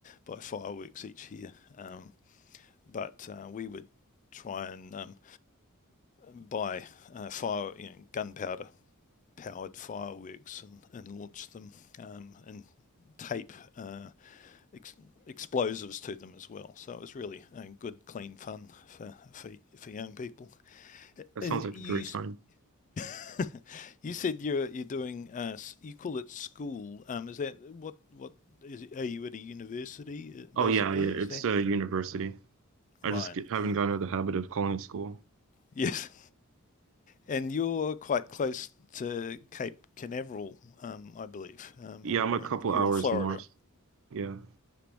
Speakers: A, on the left; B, on the right.
A: by fireworks each year. Um, but uh, we would try and um, buy uh, fire, you know, gunpowder powered fireworks and, and launch them um, and tape uh, ex- explosives to them as well. So it was really uh, good, clean fun for, for for young people.
B: That sounds
A: And
B: like
A: you
B: a great time.
A: <laughs> you said you're you're doing uh, you call it school. Um, is that what what is it, are you at a university uh,
B: Oh
A: basically?
B: yeah, yeah.
A: Is
B: It's
A: that
B: a university. I
A: right?
B: just get, haven't
A: Um,
B: gotten out of the habit of calling it school.
A: <laughs> yes. And you're quite close to Cape Canaveral, um, I believe, um,
B: Yeah,
A: or
B: I'm
A: you're
B: a couple
A: in you're
B: hours
A: in Florida.
B: north. Yeah.